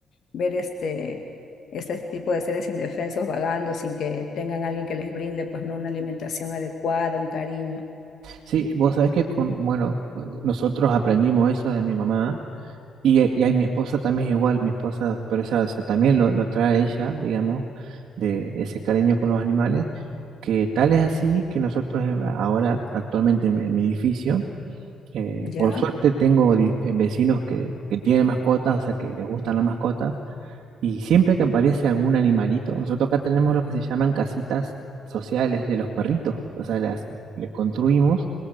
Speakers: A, on the left; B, on the right.
A: ver este, este tipo de seres indefensos vagando sin que tengan alguien que les brinde pues no una alimentación adecuada, un cariño,
B: Sí, vos sabés que con, bueno, nosotros aprendimos eso de mi mamá y, eh, y ahí mi esposa también es igual, mi esposa, pero esa, esa también lo, lo trae ella, digamos, de ese cariño con los animales, que tal es así que nosotros eh, ahora actualmente en, en mi edificio, eh,
A: ¿ya?
B: por suerte tengo di- eh, vecinos que, que tienen mascotas, o sea, que les gustan las mascotas. Y siempre que aparece algún animalito, nosotros acá tenemos lo que se llaman casitas sociales de los perritos. O sea, las, les construimos